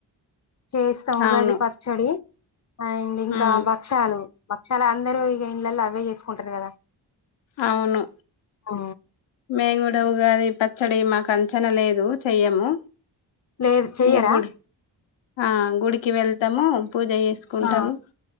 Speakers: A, on the left (about 35°); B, on the left (about 75°).
A: చేసిన ఉగాది
B: అవును
A: పచ్చడి అండ్ ఇంకా
B: హ్మ్
A: భక్షాలు భక్షాలు అందరూ ఇగా ఇంళ్లలో అవే చేసుకుంటారు, కదా
B: అవును
A: ఊ
B: మేంగడ గాది పచ్చడి మాకు అంచనా లేదు చెయ్యము
A: లేదు చెయ్యరా
B: ఇగ గుడ్ ఆ గుడికి వెళ్తాము పూజ జేసుకుంటాము
A: ఆ